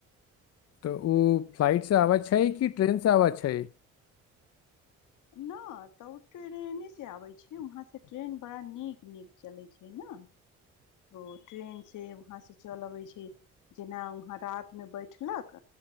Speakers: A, on the left; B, on the left.
A: तऽ ओ फ्लाइटसँ आबैत छै कि ट्रेनसँ आबैत छै
B: नहि तऽ ओ ट्रेने से आबैत छै वहाँ से ट्रेन बड़ा नीक नीक चलैत छै ने तऽ ट्रेन से वहाँ से चल अबै छै जेना वहाँ रातमे बैठलक